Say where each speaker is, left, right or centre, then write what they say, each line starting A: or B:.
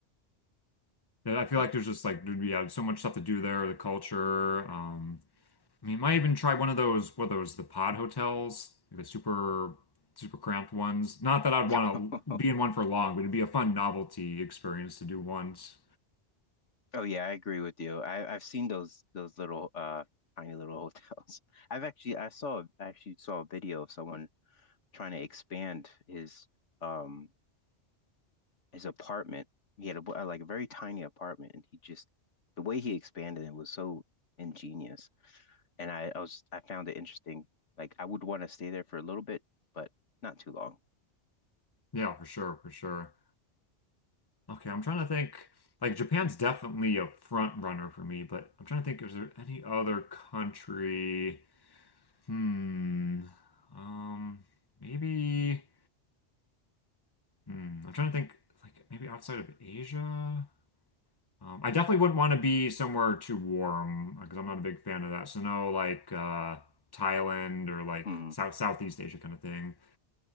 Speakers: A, on the left (about 20°); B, on the left (about 85°).
A: Yeah, I feel
B: Uh,
A: like there's just like there'd be yeah, so much stuff to do there, the culture, um, I mean, you might even try one of those, what are those, the pod hotels, the super, super cramped ones. Not that I'd want
B: <laughs> oh
A: to be in one for long, but it'd be a fun novelty experience to do once.
B: yeah, I agree with you. I I've seen those those little uh tiny little hotels. <laughs> I've actually I saw I actually saw a video of someone trying to expand his um his apartment. He had a like a very tiny apartment, and he just the way he expanded it was so ingenious. And I I was I found it interesting. Like I would want to stay there for a little bit, but not too long.
A: Yeah, for sure, for sure. Okay, I'm trying to think. Like Japan's definitely a front runner for me, but I'm trying to think, is there any other country? Hmm. Um, maybe. Hmm. I'm trying to think, like maybe outside of Asia. Um, I definitely wouldn't want to be somewhere too warm because I'm not a big fan of that. So no, like uh, Thailand or like
B: Mhm.
A: South Southeast Asia kind of thing.